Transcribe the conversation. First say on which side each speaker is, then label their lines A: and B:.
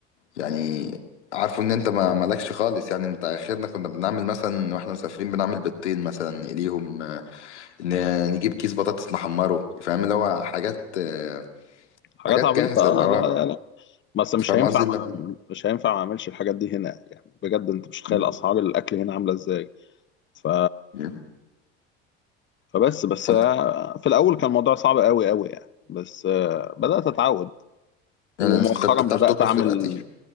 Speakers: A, on the left; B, on the left.
A: يعني عارفه ان انت ما مالكش خالص يعني انت اخرنا كنا بنعمل مثلا واحنا مسافرين بنعمل بيضتين مثلا نقليهم ن- نجيب كيس بطاطس نحمره فاهم اللي هو حاجات آه،
B: حاجات
A: حاجات
B: عبيطة
A: جاهزة
B: اه
A: اللي هو
B: لا لا لا بس مش
A: فاهم
B: هينفع
A: قصدي اللي
B: ما
A: هو
B: مش هينفع ما اعملش الحاجات دي هنا يعني بجد انت مش متخيل
A: م-
B: اسعار الاكل هنا عاملة ازاي ف
A: م-
B: فبس بس
A: فانت-
B: آه، في الاول كان الموضوع صعب قوي قوي يعني بس آه بدأت اتعود ومؤخرا
A: يعني انت
B: بدأت
A: بتعرف تطبخ
B: اعمل
A: دلوقتي